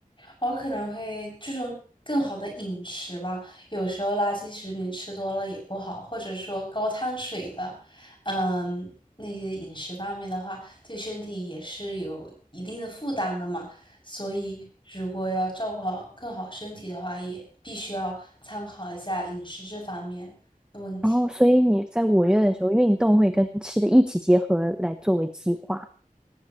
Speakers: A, on the left; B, in the centre.
A: 我可能会注重更好的饮食吧。有时候垃圾食品吃多了也不好，或者说高碳水的，嗯，那些饮食方面的话，对身体也是有一定的负担的嘛。所以，如果要照顾好更好身体的话，也必须要参考一下饮食这方面的问题。
B: 然后，所以你在五月的时候，运动会跟吃的一起结合来作为计划，